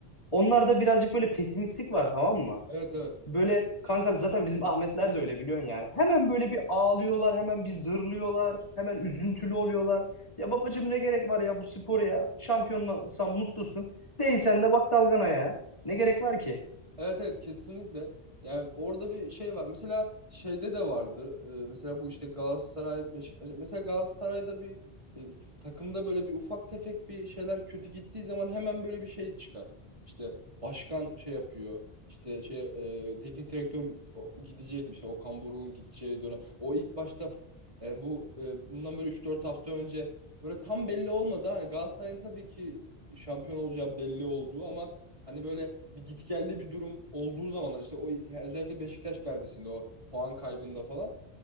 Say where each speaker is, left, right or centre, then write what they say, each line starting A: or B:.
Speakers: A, on the left (about 30°); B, on the right (about 30°).
A: Onlarda birazcık böyle pesimistlik var tamam mı?
B: Evet evet.
A: Böyle kanka zaten bizim Ahmetler de öyle biliyorsun yani. Hemen böyle bir ağlıyorlar, hemen bir zırlıyorlar, hemen üzüntülü oluyorlar. Ya babacığım ne gerek var ya bu spor ya? Şampiyonsan mutlusun. Değilsen de bak dalgana ya. Ne gerek var ki?
B: Evet evet kesinlikle. Yani orada bir şey var. Mesela şeyde de vardı. Ee, mesela bu işte Galatasaray, Beşiktaş. e, Mesela Galatasaray'da bir e, f- takımda böyle bir ufak tefek bir şeyler kötü gittiği zaman hemen böyle bir şey çıkar. İşte başkan şey yapıyor. İşte şey e, teknik direktör o- gidecekmiş. O Okan gideceği dönem. O ilk başta f- e, bu e, bundan böyle üç dört hafta önce böyle tam belli olmadı. Hani Galatasaray'ın tabii ki şampiyon olacağı belli olduğu ama Hani böyle bir gitgelli bir durum olduğu zamanlar işte o özellikle Beşiktaş derbisinde o puan kaybında falan.